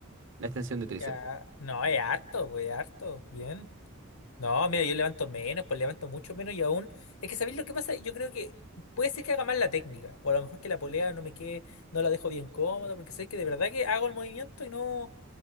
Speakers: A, on the right; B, on the left.
A: la extensión de tríceps.
B: Ya. No, es harto, pues, es harto. Bien. No, mira, yo levanto menos, pues levanto mucho menos y aún. Es que ¿sabéis lo que pasa? Yo creo que puede ser que haga mal la técnica. O a lo mejor que la polea no me quede, no la dejo bien cómoda, porque sabéis que de verdad que hago el movimiento y no,